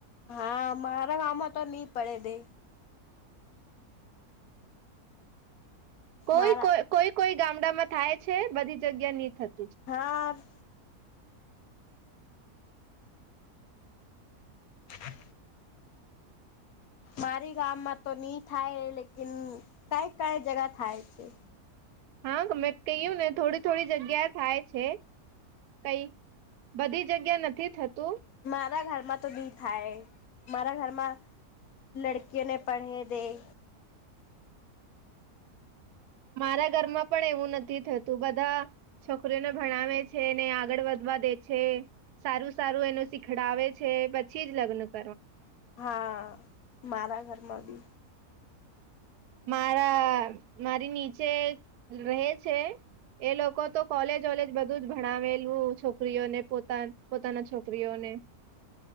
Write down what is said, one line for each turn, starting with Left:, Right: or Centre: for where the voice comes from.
Left: હા, મારા આમાં તો નહી પડે દે
Right: કોઈ
Left: મારા
Right: કો કોઈ કોઈ ગામડામાં થાય છે, બધી જગ્યા નહી થતી
Left: હાસ અઅ મારી ગામમા તો ની થાય લેકિન કઈ, કઈ જગા થાય છે.
Right: હાંગ, મેં કહ્યું ને થોડી થોડી જગ્યાએ થાય છે. કઈ બધી જગ્યાએ નથી થતુ
Left: મારા ઘરમા, તો ની થાય મારા ઘરમા લડકિયોને પઢે દેય
Right: મારા ઘરમાં પણ એવું નથી, થતું બધા છોકરીઓને ભણાવે છેને, આગળ વધ વા દે છે, સારુ-સારુ એનું શીખડાવે છે, પછી જ લગ્ન ક
Left: હા, મારા ઘરમા બી
Right: મારા મારી નીચે રહે છે. એ લોકો, તો કોલેજ વલેજ બ બધું જ ભણાવેલુ, છોકરીઓને પોતા પોતાના છોકરીઓને